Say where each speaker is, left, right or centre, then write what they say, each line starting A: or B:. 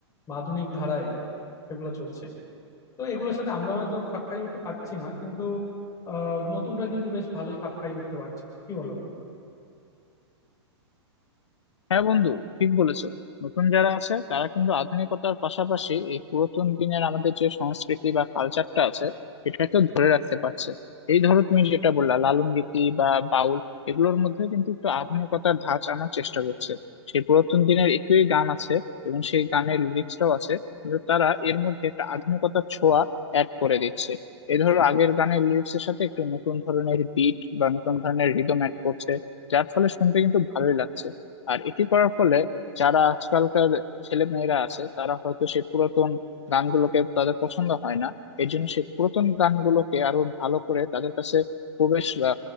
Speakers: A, on the left; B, on the left.
A: বা আধুনিক ধারায় সেগুলো চলছে তো এগুলোর সাথে আমরা হয়তো খাপ খাইয়ে উঠতে পারছি না কিন্তু আহ, নতুনরা কিন্তু বেশ ভালোই খাপ খাইয়ে উঠতে পারছে কি বলো
B: হ্যাঁ বন্ধু ঠিক বলেছো নতুন যারা আছে তারা কিন্তু আধুনিকতার পাশাপাশি এই পুরাতন দিনের আমাদের যে সংস্কৃতি বা কালচারটা আছে এটাকে ধরে রাখতে পারছে এই ধরো তুমি যেটা বললা লালন গীতি বা বাউল এগুলোর মধ্যে কিন্তু একটু আধুনিকতার ধাঁচ আনার চেষ্টা করছে সেই পুরাতন দিনের একই গান আছে এবং সেই গানের লিরিক্সটাও আছে কিন্তু তারা এর মধ্যে একটা আধুনিকতার ছোঁয়া অ্যাড করে দিচ্ছে এই ধরো আগের গানের লিরিক্সের সাথে একটু নতুন ধরনের বিট বা নতুন ধরনের রিদম অ্যাড করছে যার ফলে শুনতে কিন্তু ভালোই লাগছে আর এটি করার ফলে যারা আজকালকার ছেলে মেয়েরা আছে তারা হয়তো সেই পুরাতন গানগুলোকে তাদের পছন্দ হয় না এর জন্য সেই পুরাতন গানগুলোকে আরো ভালো করে তাদের কাছে প্রবেশ বা